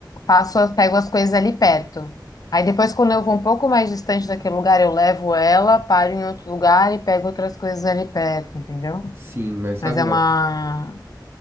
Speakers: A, on the left; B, on the right.
A: faço, pego as coisas ali perto. Aí depois, quando eu vou um pouco mais distante daquele lugar, eu levo ela, paro em outro lugar e pego outras coisas ali perto, entendeu?
B: Sim, mas sabe
A: Mas é
B: uma
A: uma